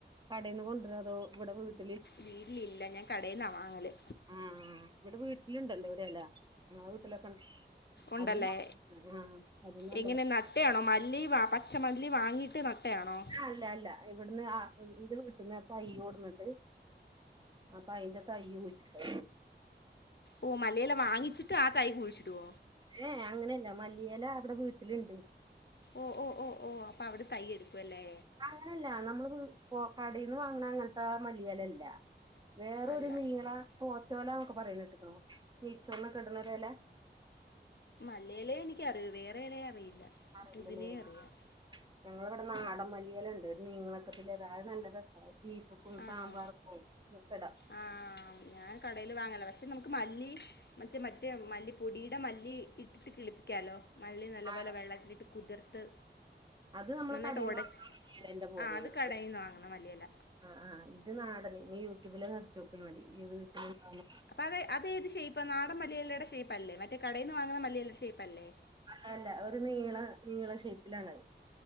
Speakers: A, on the right (about 25°); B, on the left (about 65°).
A: കടേന്ന് കൊണ്ട്വരോ അതോ ഇവിടെ വീട്
B: വീട്ട്ലില്ല ഞാൻ കടേന്നാ വാങ്ങല്
A: ഉം ഉം ഇവിടെ വീട്ടില്ണ്ടല്ലോ ഒര് എല ആ വീട്ടിലൊക്കെ ഉണ്ട്
B: ഉണ്ടല്ലേ
A: അത് ന ആ അത് നല്ലതാ
B: എങ്ങനെ നട്ടയാണോ മല്ലി പച്ച മല്ലി വാങ്ങിയിട്ട് നട്ടയാണോ
A: ആ അല്ല അല്ല ഇവിട്ന്ന് ആ ഇന്റെ വീട്ട്ന്ന് ആ തയ്യ് കൊട്ന്നിട്ട് അപ്പ അയിന്റെ തയ്യ് കുഴിച്ചിട്ട്
B: ഓ മല്ലിയല വാങ്ങിച്ചിട്ട് ആ തൈ കുഴിച്ചിടോ
A: ഏ എ അങ്ങനെയല്ല മല്ലിയല അവിടെ വീട്ടില്ണ്ട്
B: ഓ ഓ ഓ ഓ അപ്പ അവിടെ തയ്യ് എടുക്കും അല്ലേ
A: അങ്ങനല്ല നമ്മള് വി പൊ കടയീന്ന് വാങ്ങണ അങ്ങൻത്ത മല്ലിയലല്ല വേറൊരു
B: അല്ല
A: നീള പോറ്റോല എന്നൊക്കെ പറയിണേട്ട്ക്ക്ണോ നൈച്ചോറിനൊക്കെ ഇട്ണ ഒര് എല
B: മല്ലിയലയെ എനിക്ക് അറിയൂ വേറെ എലയെ അറിയില്ല
A: അറിയില്ല
B: പുതിനയും
A: ലെ
B: അറിയാം
A: ആഹ് ഞങ്ങള ഇവിടെ നാടൻ മല്ലിയല്ല ഉണ്ട് നീളക്കത്തില് എല അത് നല്ലതാ അത് ബീഫ്ക്കും
B: ആണോ
A: സാമ്പാറ്ക്കും ഒക്കെ ഇടാം
B: ആഹ് ഞാൻ കടയില് വാങ്ങലാ പക്ഷേ നമുക്ക് മല്ലി മറ്റേ മറ്റേ മല്ലിപ്പൊടിയുടെ മല്ലി ഇട്ടിട്ട് കിളിപ്പിക്കാല്ലോ മല്ലി നല്ല
A: ആ,
B: പോലെ വെള്ളത്തിലിട്ട് കുതിർത്ത്
A: അത് നമ്മള്
B: നന്നായിട്ട്
A: കടേന്ന്
B: ഒടച്ച്
A: വാങ്ങുന്ന മല്ലിയെലന്റെ പോലെ
B: ആ അത്
A: വരൂലേ
B: കട യീന്ന് വാങ്ങുന്ന മല്ലിയല
A: ആഹ് ആഹ് ഇത് നാടന് ഇനി യൂട്യൂബിലൊന്നടിച്ച് നോക്കിയാ മതി ഇനി വീട്ടില്
B: അപ്പ അത് അത് ഏത് ഷേപ്പാ നാടൻ മല്ലിയലയുടെ ഷേപ്പല്ലേ മറ്റേ കടേന്ന് വാങ്ങുന്ന മല്ലിയലയുടെ ഷേപ്പല്ലേ
A: അല്ല അല്ല ഒരു നീള നീള ഷേപ്പിലാണ് അത്